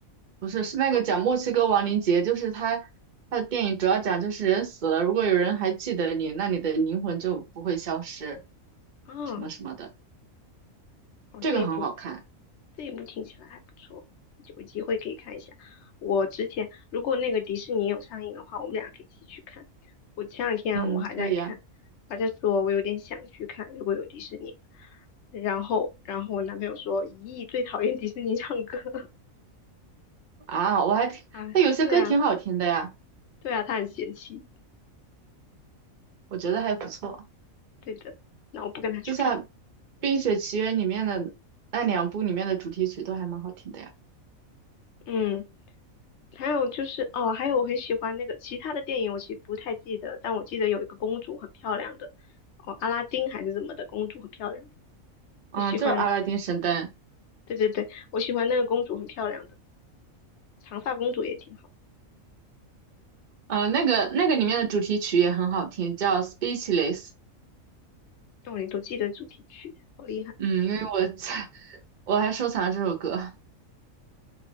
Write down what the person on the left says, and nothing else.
个。
啊，
哦，
这一部这一部听起来还不错，有机会可以看一下。我之前如果那个迪士尼有上映的话，我们俩可以一起去看。我前两天我还在看，
还在说我有点想去看，如果有迪士尼。然后，然后我男朋友说，咦，最讨厌迪士尼唱歌 <laughs>
啊，对啊，对啊，他很嫌弃。
对的，那我不跟他去看。
嗯，还有就是哦，还有我很喜欢那个其他的电影，我其实不太记得，但我记得有一个公主很漂亮的，哦，阿拉丁还是怎么的，公主很漂亮的，
我喜欢，
对对对，我喜欢那个公主很漂亮的，长发公主也挺好
的，哦，你都记得主题曲，好厉害。